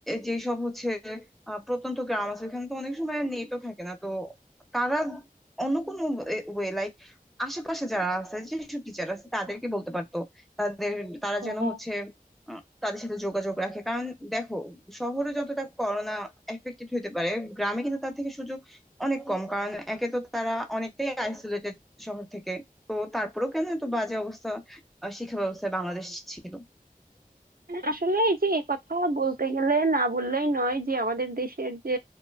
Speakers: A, in the centre; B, on the right (about 75°).
A: যে সব হচ্ছে আহ, প্রত্যন্ত গ্রাম আছে ওখানে তো অনেক সময় নেটও থাকে না তো তারা অন্য কোনো ওয়ে লাইক আশেপাশে যারা আছে যেসব টিচার আছে তাদেরকে বলতে পারতো তাদের তারা
B: হ্যাঁ
A: যেন হচ্ছে আহ, তাদের সাথে যোগাযোগ রাখে কারণ দেখো শহরে যতটা করোনা এফেক্টেড হতে পারে গ্রামে কিন্তু তার থেকে সুযোগ অনেক কম কারণ একে তো তারা অনেকটাই আইসোলেটেড শহর থেকে তো তারপরেও কেন এত বাজে অবস্থা আহ, শিক্ষা ব্যবস্থায় বাংলাদেশ ছিল
B: আসলে এই যে এই কথা বলতে গেলে না বললেই নয় যে আমাদের দেশের যে